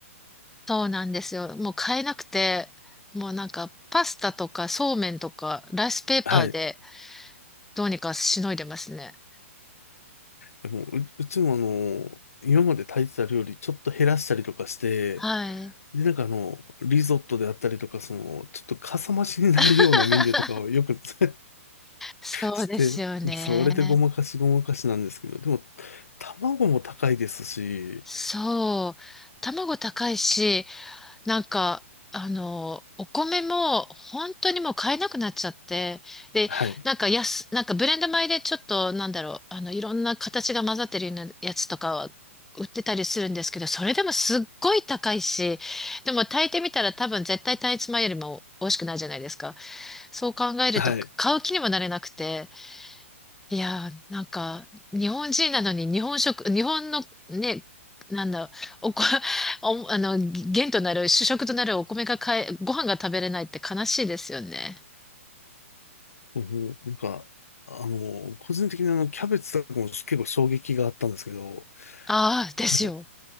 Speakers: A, in the centre; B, on the left.
A: <laughs> そうなんですよ。もう買えなくて、もうなんかパスタとかそうめんとかライスペーパーで
B: はい。
A: どうにかしのいでますね。
B: でもう、うちもあの、今まで炊いてた料理ちょっと減らしたりとかして、
A: はい。
B: で、なんかあの、リゾットであったりとか、その、ちょっとかさ増しになるようなメニューとかをよく
A: <laughs>
B: <laughs>
A: そうですよね。
B: して、それでごまかしごまかしなんですけど、でも、卵も高いですし、
A: そう。卵高いし、なんか、あの、お米も本当にもう買えなくなっちゃって、で、
B: はい。
A: なんか安、なんかブレンド米でちょっと、なんだろう、あの、いろんな形が混ざってるようなやつとかは売ってたりするんですけど、それでもすっごい高いし、でも炊いてみたら多分絶対単一米よりも美味しくないじゃないですか。そう考えると買う気にもなれなくて、
B: はい。
A: いやー、なんか、日本人なのに日本食、日本のね、なんだ、おこ、<laughs> お、あの、元となる、主食となるお米が買え、ご飯が食べれないって悲しいですよね。
B: うんなんか、あの、個人的にあの、キャベツとかも結構衝撃があったんですけど、
A: ああ、ですよ。
B: なんか、